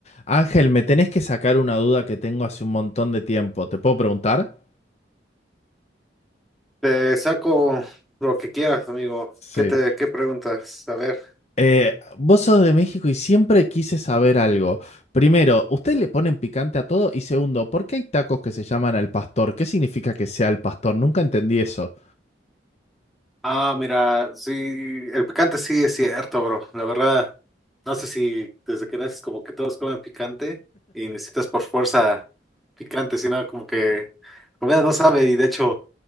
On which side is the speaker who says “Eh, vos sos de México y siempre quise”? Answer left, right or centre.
Left